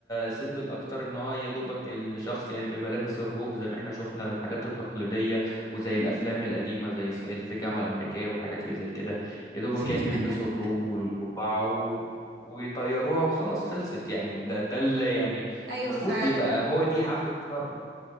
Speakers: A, on the left (about 20°); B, on the right (about 65°).
A: سيمبل اكتر ان هو يا دوبك الشخص يعني بيبقى لابس الروب زي ما احنا شفنا الحاجات التقليديه وزي
B: امم
A: الافلام القديمه زي الصعيدي في الجامعه الامريكيه والحاجات اللي زي كده يا دوبك
B: <laughs>
A: يعني بيلبسوا الروب والقبعه و... ويطيروها وخلاص خلصت يعني ده ده اللي يعني
B: ايوه
A: المفروض
B: فعلا
A: يبقى هو دي حفله التخرج